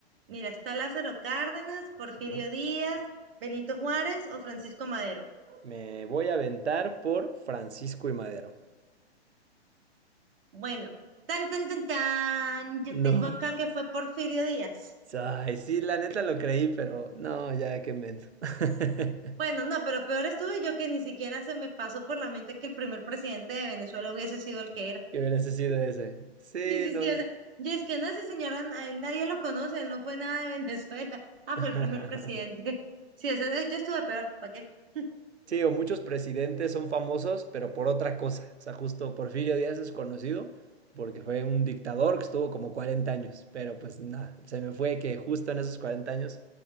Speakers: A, on the right; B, on the right.
A: Mira, está Lázaro Cárdenas, Porfirio
B: Ujú.
A: Díaz, Benito Juárez o Francisco Madero.
B: Me voy a aventar por Francisco y Madero.
A: Bueno, tan, tan, tan, tan. Yo
B: No.
A: tengo acá que fue Porfirio Díaz.
B: Ay, sí, la neta lo creí, pero no, ya qué menso. <laughs>
A: Bueno, no, pero peor estuve yo que ni siquiera se me pasó por la mente que el primer presidente de Venezuela hubiese sido el que era.
B: Que hubiese sido ese. Sí,
A: Sí, sí,
B: no.
A: sí, o sea, yo es que no, ese señor a- a él nadie lo conoce, él no fue nada de <laughs> Venezuela. Ah,
B: <laughs>
A: fue el primer presidente. <laughs> Sí, eso, eh, yo estuve peor, ¿para qué? <laughs>
B: Sí, o muchos presidentes son famosos, pero por otra cosa. O sea, justo Porfirio Díaz es conocido porque fue un dictador que estuvo como 40 años, pero pues nada, se me fue que justo en esos 40 años